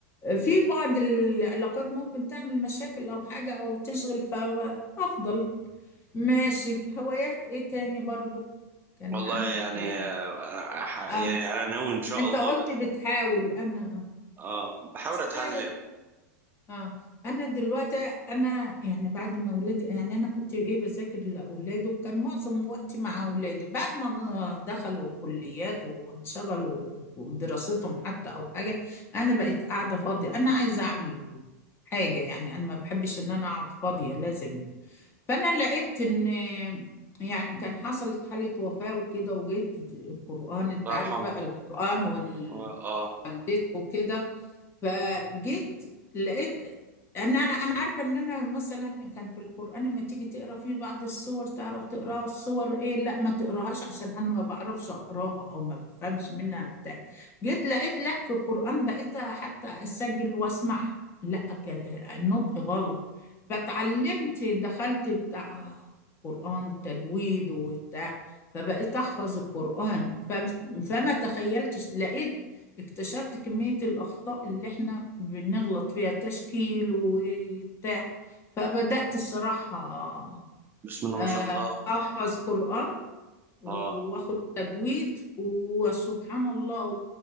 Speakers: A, on the left; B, on the right.
A: في بعض العلاقات ممكن تعمل مشاكل او حاجه او تشغل فافضل ماشي هوايات ايه تاني برضو كان
B: والله
A: عندك
B: يعني
A: ولا-
B: آه، أنا ح-
A: اه
B: يعني انا ناوي ان شاء
A: انت
B: الله
A: قلت
B: ب...
A: بتحاول انا
B: اه بحاول اتعلم
A: لا، اه انا دلوقتي انا يعني بعد ما ولادي يعني انا كنت ايه بذاكر لاولادي وكان معظم وقتي مع اولادي بعد ما دخلوا كليات وانشغلوا ودراستهم حتى او حاجه انا بقيت قاعده فاضيه انا عايزه اعمل حاجه يعني انا ما بحبش ان انا اقعد فاضيه لازم فانا لقيت ان يعني كان حصلت حاله وفاه وكده وجيت القران انت
B: الله
A: عارف
B: يرحمه
A: بقى القران وال...
B: آه, اه
A: وكده فجيت لقيت ان انا انا عارفه ان انا مثلا كان في القران لما تيجي تقرا فيه بعض السور تعرف تقراها السور ايه لا ما تقراهاش عشان انا ما بعرفش اقراها او ما بفهمش منها بتاع جيت لقيت لا في القران بقيت حتى اسجل واسمع لا ك- النطق غلط فتعلمت دخلت بتاع قران تجويد وبتاع فبقيت احفظ القران فم- فما تخيلتش لقيت اكتشفت كمية الأخطاء اللي احنا بنغلط فيها تشكيل وبتاع فبدأت الصراحة
B: بسم الله
A: آه،
B: ما شاء الله
A: أحفظ قرآن وآخد
B: اه
A: تجويد وسبحان الله